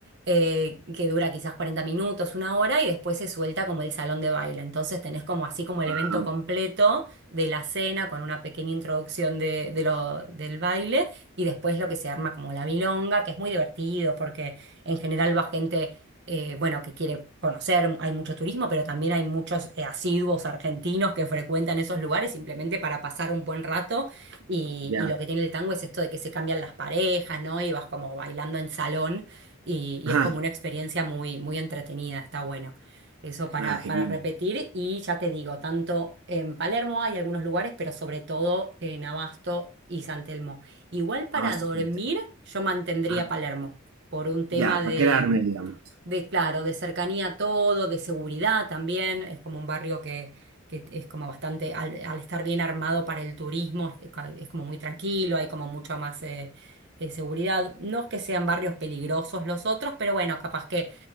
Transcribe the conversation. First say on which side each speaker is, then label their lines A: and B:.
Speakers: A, on the right; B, on the right.
A: eh, que dura quizás 40 minutos, una hora, y después se suelta como el salón de baile. Entonces tenés como así como el
B: Wow,
A: evento completo de la cena con una pequeña introducción de, de lo, del baile y después lo que se arma como la milonga, que es muy divertido porque en general va gente, eh, bueno, que quiere conocer, hay mucho turismo, pero también hay muchos eh, asiduos argentinos que frecuentan esos lugares simplemente para pasar un buen rato y,
B: ya.
A: y lo que tiene el tango es esto de que se cambian las parejas, ¿no? Y vas como bailando en salón y, y
B: Ajá.
A: es como una experiencia muy, muy entretenida, está buena. Eso para,
B: Ah, genial.
A: para repetir y ya te digo, tanto en Palermo hay algunos lugares, pero sobre todo en Abasto y San Telmo. Igual para
B: Ah, está
A: dormir,
B: bien.
A: yo mantendría
B: Ah,
A: Palermo por un tema
B: ya,
A: de,
B: para quedarme, digamos.
A: de, claro, de cercanía a todo, de seguridad también. Es como un barrio que, que es como bastante, al, al estar bien armado para el turismo, es, es como muy tranquilo, hay como mucho más eh, eh, seguridad. No es que sean barrios peligrosos los otros, pero bueno, capaz que